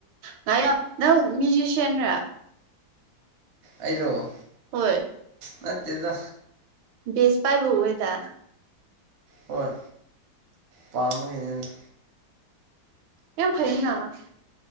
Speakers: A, on the right (about 80°); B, on the right (about 65°).
A: ꯉꯥꯏꯣ ꯅꯪ ꯃ꯭ꯌꯨꯖꯤꯁꯤꯌꯥꯟꯔ
B: ꯑꯩꯔꯣ
A: ꯍꯣꯏ
B: ꯃꯦꯗ
A: ꯕꯁ ꯄꯥꯏꯕ ꯑꯣꯏꯗ
B: ꯍꯣꯏ ꯄꯥꯝꯃꯒꯤꯅꯤꯗ
A: ꯌꯥꯝ ꯐꯩꯅ